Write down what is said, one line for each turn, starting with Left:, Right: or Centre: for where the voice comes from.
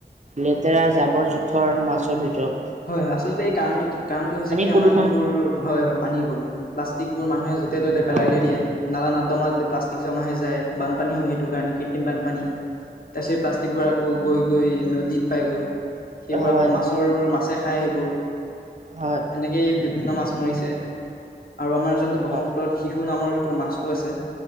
Right: লেতেৰা জাবৰ জোথৰ মাছৰ ভিতৰত-
Left: হয় হয়, আচলতে এই কাৰণটো কি কাৰণটো হৈছে কি
Right: প্ৰদূষণ
Left: আমাৰ যোনবোৰ হয় হয় পানীৰ প্ৰদূষণ প্লাচ- ষ্টিক বোৰ মানুহে য'তে ততে পেলাই
Right: হয়
Left: দি দিয়ে নালা নাৰ্দমাত প্লাষ্টিক জমা হৈ যায় বানপানী হয়, সেইটো কাৰণে। এ বানপানী তাৰ পিছত প্লাষ্টিকবোৰ আকৌ গৈ গৈ নদীত পাই গৈ, সেইবোৰ
Right: হয়
Left: আকৌ মাছ- তৰ মাছে খায় সেইবোৰ।
Right: হয়
Left: এনেকেই বিভিন্ন মাছ মৰিছে, আৰু আমাৰ যোনটো ব্ৰহ্মপুত্ৰত-
Right: হয়
Left: শিশু নামৰ এইটো মাছটো আছে।